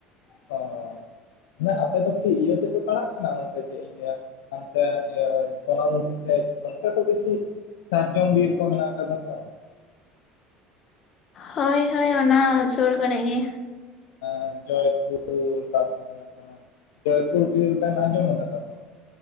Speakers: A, on the left; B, on the left.
A: <inaudible>
B: ᱚ <unintelligible> ᱟᱯᱮ ᱫᱚ ᱠᱤ ᱤᱭᱟᱹ ᱥᱮᱫ ᱯᱮ ᱯᱟᱲᱟᱜ ᱠᱟᱱᱟ ᱚᱱᱛᱮ ᱪᱮᱫ ᱤᱧ ᱞᱟᱹᱭᱟ ᱚᱱᱛᱮ ᱤᱭᱟᱹ ᱥᱳᱱᱟᱢᱩᱠᱷᱤ ᱥᱮᱫ, ᱚᱱᱛᱮ ᱫᱚ ᱵᱤᱥᱤ ᱥᱟᱨᱡᱚᱢ ᱵᱤᱨ ᱠᱚ ᱢᱮᱱᱟᱜ ᱟᱠᱟᱫᱟ ᱛᱚ᱾
A: ᱦᱳᱭ ᱦᱳᱭ ᱚᱱᱟ ᱥᱩᱨ ᱠᱚᱨᱮᱜ ᱜᱮ᱾
B: ᱮᱸ ᱡᱚᱭᱯᱩᱨ ᱛᱟᱯᱚᱨ ᱦᱩᱭᱩᱜ ᱠᱟᱱᱟ, ᱡᱚᱭᱯᱩᱨ ᱵᱤᱨ ᱵᱮᱱ ᱟᱸᱡᱚᱢ ᱟᱠᱟᱫᱟ ᱛᱚ?